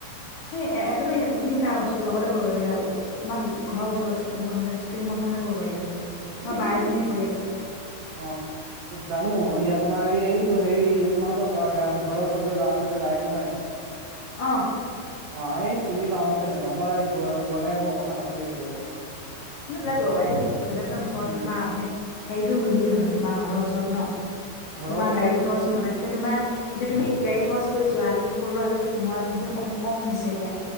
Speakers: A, on the left; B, on the right.
A: স এ তুমি তুমি তাৰ ওচৰত লগতে কৰিব পাৰিলা তোমাৰ ঘৰৰ ওচৰতে শ্বপিং খনতে শ্বপিং মল খ ক'ব পাৰিলা হয় আমাৰ
B: এই
A: বা এজনীয়ে কৰি আছে
B: অ জানো এয়া তোমাৰ এই এইটো হেৰি তোমালোকৰ ঘৰৰ ওচৰৰ যে ল'ৰাটোৰ যে বাইক নহয়
A: অ
B: অ এই চিনি পাও কেনে পা মই গলে আকৌ কথা পতিল সেইটোৰ লগত
A: মে তো ক'ব পাৰি নহয় তেনে তেনে ওচৰৰত
B: উম
A: তোমাৰ মানে হেৰিটো মিলিল হয় তোমাৰ ঘৰৰ ওচৰত ন
B: ঘৰৰ
A: তোমাৰ
B: ওচৰত
A: গাড়ী
B: মানে
A: খৰচ নালাগে এতিয়া তোমাৰ এতিয়া তুমি গাড়ী খৰচ কৰি যোৱা তুমি ষোল্ল হাজাৰতোমাই বুত কম দিছে এতিয়া